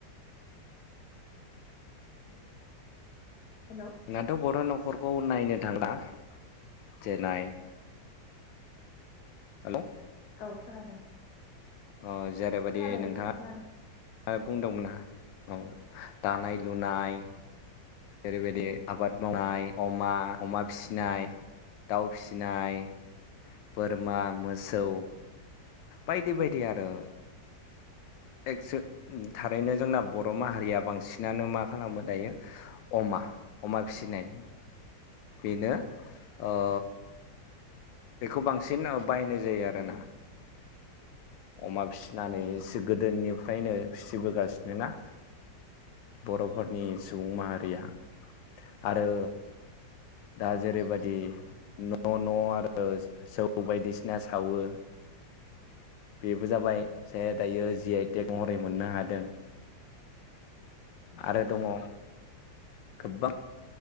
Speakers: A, on the left; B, on the left.
A: हेलौ
B: नोंनाथ बर न' न'खरखौ नायनो थांला जेननाय हेलौ
A: ओ खोनादों
B: अ जेरैबादि
A: खोनादों
B: नोंथाङा
A: नोंथां खोनादों
B: आरो बुंदोंमोना औ दानाय लुनाय ओरैबायदि आबाद मावनाय अमा अमा फिसिनाय दाउ फिसिनाय बोरमा मोसौ बायदि बायदि आरो एक्स थारैनो जोंना बर माहारिया बांसिनानो मा खालामो दायो अमा अमा फिसिनाय बेनो ओ बेखौ बांसिन बाहायनाय जायो आरोना अमा फिसिनानै
A: औ
B: एसे गोदोनि फ्रायनो फिसिबोगासिनो ना बर'फोरनि सुबुं माहारिया आरो दा जेरैबायदि न' न' आरो जौ बायदिसिना सावो बेबो जाबाय जे दायो जि आइटेक महरै मोननो हादों आरो दङ गोबां